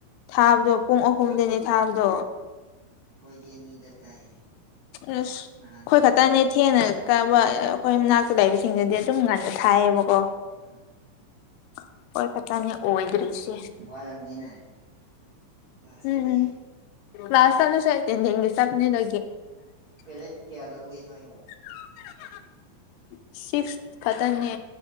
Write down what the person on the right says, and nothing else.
ꯈꯣꯏꯗꯤ ꯑꯅꯤꯗ ꯊꯥꯏ
ꯅꯍꯥꯟ ꯀꯥꯔꯝꯕꯗꯣ
<unintelligible>
ꯋꯥꯔꯝꯅꯤꯅ ꯀ꯭ꯂꯥꯁꯇꯗꯤ
ꯄꯦꯔꯦꯠ ꯀꯌꯥ ꯂꯧꯒꯦ ꯅꯣꯏꯕꯨ